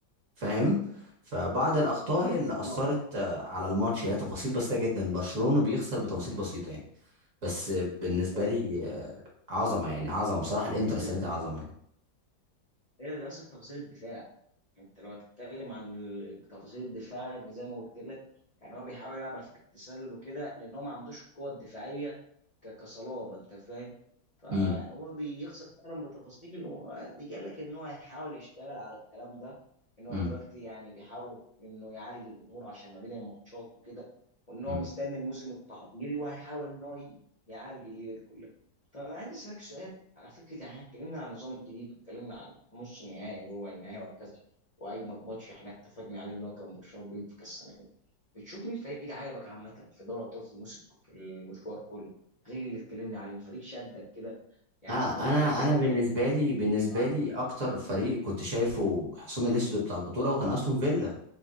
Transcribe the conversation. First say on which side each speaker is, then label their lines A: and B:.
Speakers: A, on the right (about 50°); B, on the left (about 70°).
A: فاهم فبعض الاخطاء هي اللي
B: آه،
A: اثرت آه، على الماتش هي تفاصيل بسيطة جدا برشلونة بيخسر بتفاصيل بسيطة يعني بس آه، بالنسبة
B: ما هي
A: لي آه، عظمة يعني عظمة بصراحة الانتر
B: هي للاسف
A: السنة دي عظمة
B: هي للاسف تفاصيل الدفاع انت لو هتتكلم عن ال- تفاصيل الدفاع اللي زي ما قلت لك يعني هو بيحاول يلعب على فكره التسلل وكده لان هو ما عندوش القوه الدفاعيه ك- كصلابه انت فاهم فهو
A: يعني
B: بيخسر فعلا بتفاصيل ودي قال لك ان هو هيحاول يشتغل على الكلام ده ان هو
A: مم.
B: دلوقتي يعني بيحاول انه يعالج الامور عشان ما بين الماتشات وكده وان هو
A: مم.
B: مستني الموسم التحضيري وهيحاول ان هو ي- يعالج الليله دي كلها طب انا عايز اسالك سؤال على فكره يعني احنا اتكلمنا عن النظام الجديد واتكلمنا عن نص النهائي وربع النهائي وهكذا واجمد ماتش احنا اتفقنا عليه ان هو كان برشلونه بينفيكا السنه دي بتشوف مين فريق عجبك عامه في دوري ابطال في الموسم في المشوار كله غير اللي اتكلمنا عليه فريق شدك كده يعني
A: آه
B: تتوقع
A: انا
B: ان السنه
A: انا
B: الجايه
A: بالنسبه
B: ممكن
A: لي بالنسبه لي
B: على-
A: اكتر فريق كنت شايفه حصان الاسود بتاع البطوله وكان استون فيلا